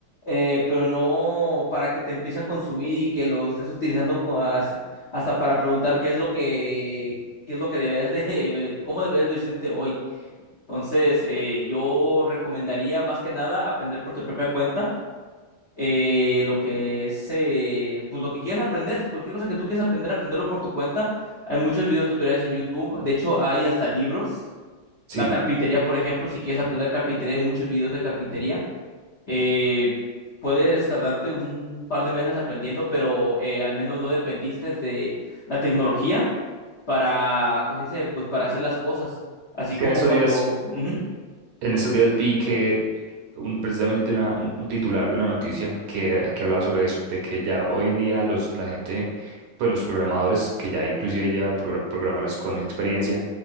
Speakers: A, on the left (about 65°); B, on the right (about 80°).
A: eh, pero no para que te empiece a consumir y que lo estés utilizando co- as- hasta para preguntar qué es lo que qué es lo que debes de <laughs> cómo debes vestirte hoy. Entonces, eh, yo recomendaría más que nada aprender por tu propia cuenta eh, lo que es, eh, pues lo que quieras aprender, cualquier cosa que tú quieras aprender, aprenderlo por tu cuenta. Hay muchos videos tutoriales en YouTube, de hecho hay hasta libros.
B: sí.
A: La carpintería, por ejemplo, si quieres aprender carpintería, hay muchos videos de carpintería. Eh, puedes tardarte un par de meses aprendiendo, pero eh, al menos no dependiste de la tecnología para, ¿cómo se dice? Pues para hacer las cosas. Así
B: Es
A: como
B: que en esos
A: cuando...
B: días,
A: Ujú.
B: En estos días vi que un- precisamente una- un, un titular de una noticia que, que hablaba sobre eso, de que ya hoy en día los, la gente, pues los programadores, que ya inclusive llevan progra- programadores con experiencia,